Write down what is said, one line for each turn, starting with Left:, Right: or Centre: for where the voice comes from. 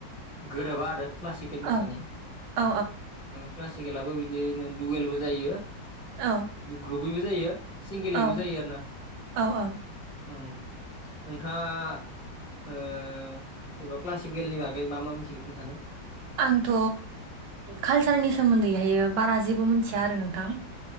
Left: गोरोबा आरो क्लासिकेल मोसानाया
Right: औ औ
Left: क्लासिकेलाबो बिदिनो दुवेलबो जायो
Right: औ
Left: ग्रुपैबो जायो सिंगेलैबो
Right: औ
Left: जायो आरो ना
Right: औ औ
Left: औ नोंथाङा जेनेबा क्लासिकेलनि बागै मा मा मिथिगौ खोनन्थानो
Right: आंथ' कालसारनि सोमोन्दैहाय बारा जेबो मिथिया आरो नोंथां